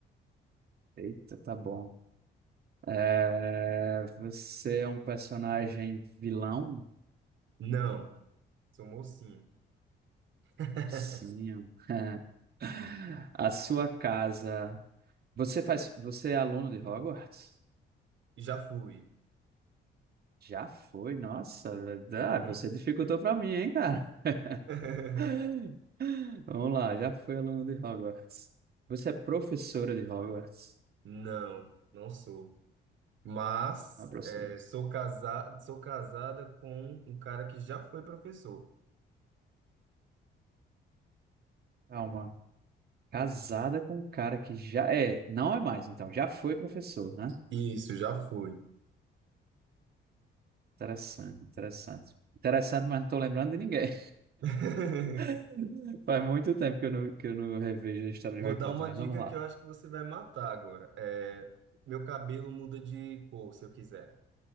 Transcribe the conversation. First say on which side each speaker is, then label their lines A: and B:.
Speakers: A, on the right; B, on the right.
A: Eita, tá bom. É, você é um personagem vilão?
B: Não, sou mocinho. <laughs>
A: Sim. <laughs> A sua casa. Você faz, você é aluno de Hogwarts?
B: Já fui.
A: Já foi, nossa, verdade.
B: Hum?
A: Você dificultou pra mim, hein, cara?
B: <laughs>
A: <laughs> Vamos lá, já foi aluno de Hogwarts. Você é professora de Hogwarts?
B: Não, não sou. Mas
A: Ah, professora.
B: é, sou casado, sou casada com um cara que já foi professor.
A: Calma. Casada com um cara que já é, não é mais, então, já foi professor, né?
B: Isso, já fui.
A: Interessante, interessante. Interessante, mas não tô lembrando de ninguém.
B: <laughs>
A: <laughs> Faz muito tempo que eu não, que eu não revejo a história de
B: Vou
A: Harry
B: dar
A: Potter,
B: uma
A: mas
B: dica
A: vamos lá.
B: que eu acho que você vai matar agora. É, meu cabelo muda de cor, se eu quiser.